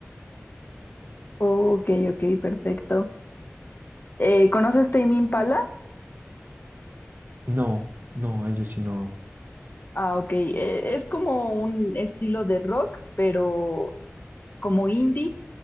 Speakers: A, on the left; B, on the right.
A: Ok, ok, perfecto. Eh, ¿conoces Tame Impala?
B: No, no, ellos sí no.
A: Ah, ok. eh, es como un estilo de rock, pero como indie,